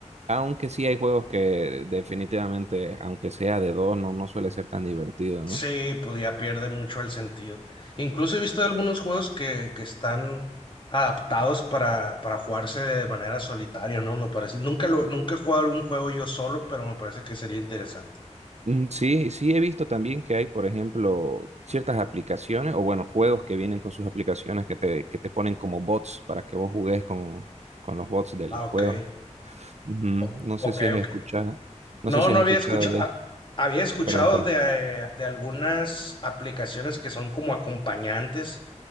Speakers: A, on the right; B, on the left.
A: Aunque sí hay juegos que definitivamente, aunque sea de dos, no, no suele ser tan divertido,
B: Sí,
A: ¿no?
B: pues ya pierde mucho el sentido. Incluso he visto algunos juegos que, que están adaptados para, para jugarse de manera solitaria, ¿no? Me parece. Nunca lo, nunca he jugado algún juego yo solo, pero me parece que sería interesante.
A: Mm, Sí, sí he visto también que hay, por ejemplo, ciertas aplicaciones o bueno, juegos que vienen con sus aplicaciones que te, que te ponen como bots para que vos jugues con, con los bots del
B: Ah, ok.
A: juego. Ujú,
B: O-
A: No sé
B: ok,
A: si has
B: ok.
A: escuchado, no
B: No,
A: sé si
B: no
A: has
B: había
A: escuchado
B: escuchado,
A: de esto.
B: había escuchado
A: Perdón, perdón.
B: de, eh, de algunas aplicaciones que son como acompañantes,